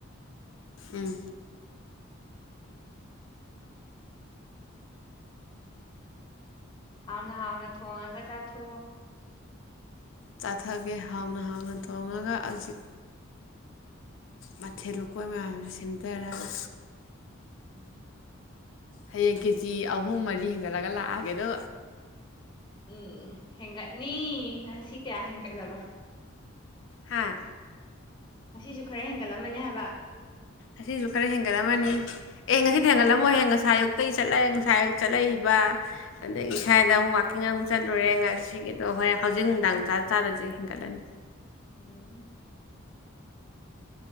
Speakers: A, on the left (about 65°); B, on the left (about 25°).
A: ꯎꯝ
B: ꯍꯥꯎꯅ ꯍꯥꯎꯅ ꯊꯣꯡꯉꯒ ꯆꯥꯊꯣꯛꯑꯣ
A: ꯆꯥꯊꯒꯦ ꯍꯥꯎꯅ ꯍꯥꯎꯅ ꯊꯣꯡꯉꯒ ꯍꯧꯖꯤꯛ ꯃꯊꯦꯜ ꯂꯨꯀꯣꯏ ꯃꯌꯥꯝꯁꯦ ꯁꯦꯝꯖꯔꯒ
B: ꯎꯝ
A: ꯍꯌꯦꯡ ꯀꯦꯖꯤ ꯑꯍꯨꯝ ꯃꯔꯤ ꯍꯦꯟꯒꯠꯂꯒ ꯂꯥꯛ ꯑꯒꯦꯗ
B: ꯎꯝ ꯍꯦꯟꯒꯠꯅꯤ ꯉꯁꯤ ꯀꯌꯥ ꯍꯦꯟꯒꯠꯂꯕ
A: ꯍꯥꯥ
B: ꯉꯁꯤꯁꯨ ꯈꯔ ꯍꯦꯟꯒꯠꯂꯝꯃꯅꯦ ꯍꯥꯏꯕ
A: ꯑꯁꯤꯁꯨ ꯈꯔ ꯍꯦꯟꯒꯠꯂꯝꯃꯅꯤ ꯑꯦ ꯉꯁꯤꯗꯤ ꯍꯦꯟꯒꯠꯂꯝꯃꯣꯏꯍꯦ ꯉꯁꯥꯏ ꯑꯌꯨꯛꯇꯇꯩꯒꯤ ꯆꯠꯂꯑꯦ ꯉꯁꯥꯏ ꯑꯌꯨꯛ ꯆꯠꯂꯛꯏꯕ ꯑꯗꯒꯤ ꯁ꯭ꯋꯥꯏꯗ
B: ꯎꯝ
A: ꯑꯃꯨꯛ ꯋꯥꯥꯛꯀꯤꯡ ꯑꯃ ꯆꯠꯂꯨꯔꯦ ꯉꯁꯤꯒꯤꯗꯣ ꯍꯣꯔꯣꯏ ꯍꯧꯖꯤꯛ ꯅꯨꯡꯗꯥꯡ ꯆꯥ ꯆꯥꯗꯁꯨ ꯍꯦꯟꯒꯠꯂꯅꯤ
B: ꯎꯝ